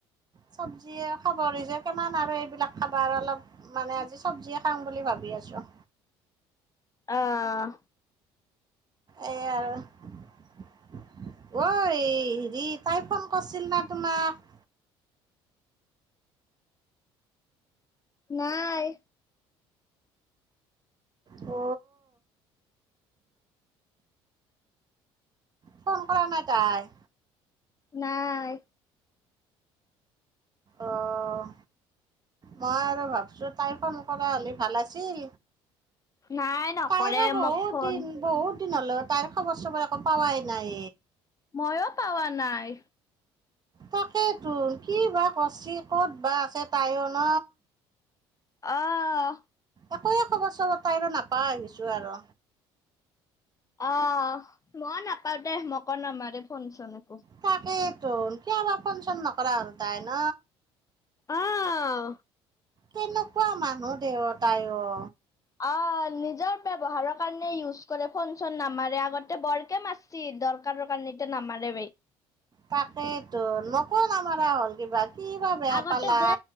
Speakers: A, on the right; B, on the left.
A: চবজিয়ে খাবৰ যে, কিমান আৰু এইবিলাক খাবাৰ অলপ মানে আজি চব্জি খাম বুলি ভাবি আছো।
B: আহ।
A: এ আৰু ঐ হেৰিত তাই ফোন কৰিছিল না তোমাক?
B: নাই।
A: অ। ফোন কৰা নাই তাই
B: নাই।
A: অ', মই আৰু ভাবছো তাই ফোন কৰা হ'লে ভাল আছিল
B: নাই নকৰে
A: তাইৰো বহুত
B: মোক ফোন
A: দিন বহুত <unintelligible> তাইৰ খবৰ চবৰ একো পাৱাই নাই।
B: ময়ো পাৱা নাই।
A: তাকে তো কি বা কৰছি ক'ত বা আছে তায়ো ন?
B: অহ।
A: একোৱে খবৰ চবৰ তাই আৰু নাপাই আহিছো আৰু
B: অহ। মই নাপাওঁ দে মকো নামাৰে <unintelligible>
A: তাকে <unintelligible> কিয় বা ফোন চোন হ'ল নকৰা তাই ন?
B: আহ
A: কেনেকুৱা মানুহ দে অ', তাই অ।
B: অ', নিজৰ ব্যৱহাৰৰ কাৰণে ইউজ কৰে ফোন চোন নামাৰে আগতে বৰকে মাৰচি দৰকাৰৰ কাৰণে এতিয়া নামাৰে বাই
A: তাকেইতো মকো নামাৰা হ'ল কিবা কিবা বেয়া
B: আগতে
A: পালা।
B: যে